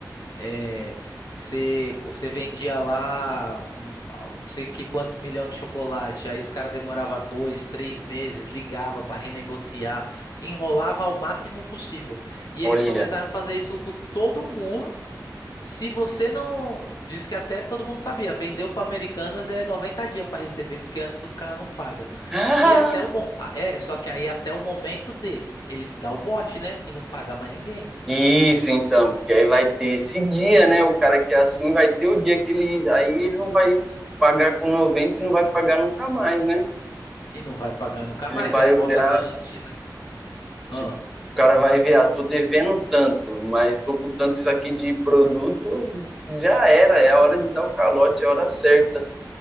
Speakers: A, on the left (about 70°); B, in the centre.
A: É, você, co- você vendia lá hum, ah, não sei que quantos milhões de chocolate, aí os caras demorava dois, três meses, ligava para renegociar, enrolava ao máximo possível. E
B: Olha.
A: eles começaram a fazer isso com todo mundo. Se você não, disse que até todo mundo sabia, vendeu para Americanas é 90 dias para receber, porque antes os caras não pagam.
B: <laughs>
A: E até
B: Ah,
A: o, mo- ah, é, só que aí até o momento de eles dar o bote, né, e não pagar mais ninguém.
B: Isso, então, porque aí vai ter esse dia, né? O cara que é assim vai ter o dia que ele. Aí ele não vai pagar com 90 e não vai pagar nunca mais, né?
A: E não vai pagar nunca
B: Ele
A: mais.
B: vai
A: Aí bota
B: olhar,
A: na justiça.
B: tipo,
A: Ah,
B: o cara vai ver, ah, tô devendo tanto, mas tô com tanto isso aqui de produto, já era, é a hora de dar o calote, é a hora certa.